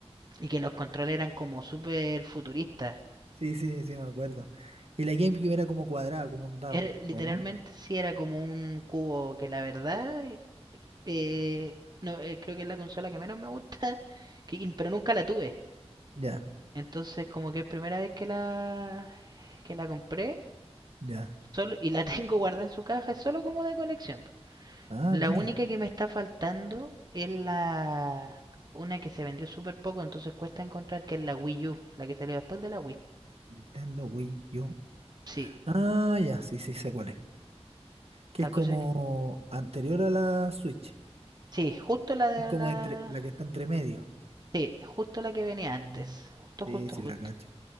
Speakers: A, on the right; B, on the right.
A: Y que los controles eran como súper futuristas.
B: Sí, sí, sí, me acuerdo. Y la GameCube era como cuadrada, como un dado,
A: Era- literalmente
B: ¿o no?
A: sí era como un cubo que la verdad,
B: Sí.
A: eh, no, eh, creo que es la consola que menos me gusta, <laughs> que, pero nunca la tuve.
B: Ya,
A: Entonces, como que es primera vez que la que la compré,
B: ya.
A: solo y la <laughs> tengo guardada en su caja, es solo como de colección.
B: Ah,
A: La
B: mira.
A: única que me está faltando es la una que se vendió súper poco, entonces cuesta encontrar que es la Wii U, la que salió después de la Wii.
B: Nintendo Wii U.
A: Sí,
B: Ah, ya, sí, sí, sé cuál es. Que
A: esta
B: es como
A: cosa que-
B: anterior a la Switch.
A: sí, justo la de
B: Es como
A: la
B: entre la que está entre medio.
A: sí, justo la que venía antes,
B: Mm,
A: justo
B: Sí,
A: justo
B: sí,
A: justo.
B: la cacho.